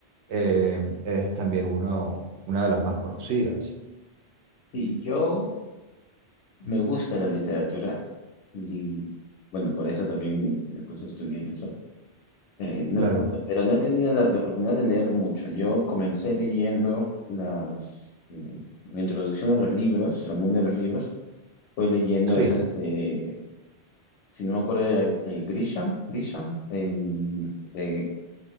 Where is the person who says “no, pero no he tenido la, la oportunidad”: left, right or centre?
Left